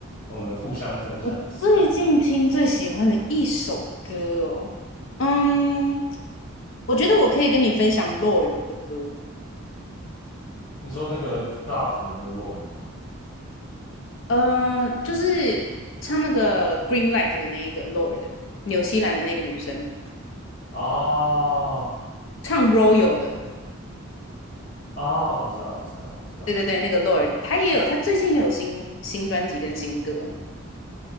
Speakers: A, on the left; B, on the left.
A: 我们互相分享一首。
B: 我最近听最喜欢的一首歌哦，嗯，我觉得我可以跟你分享 Lord 的歌，
A: 你说那个 God 的那个 Lord 吗？
B: 呃，就是唱那个 Green Light 的那一个 Lord，纽西兰的那个女生
A: 哦
B: 唱 Royal 的，
A: 哦，我知道，我知道，我知道了。
B: 对对对，那个 Lord，她也有，她最近也有新新专辑跟新歌。